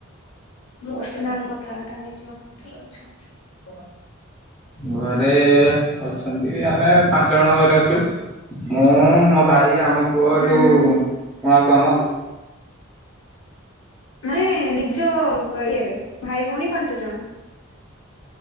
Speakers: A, on the left; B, in the centre.
A: ପନା କଥାଟା ହେଇଚ
B: ଘରେ ଅଛନ୍ତି ଆମେ ପାଞ୍ଚ ଜଣ ଘରେ ଅଛୁ ମୁଁ ମୋ ଭାଇ ଆମ ପୁଅ ଏଠୁ
A: ହୁଁ
B: ମୋ ବମାଉ।
A: ନଇମାନେ ନିଜ ଇଏରେ ଭାଇ ଭଉଣୀ ପାଞ୍ଚ ଜଣ।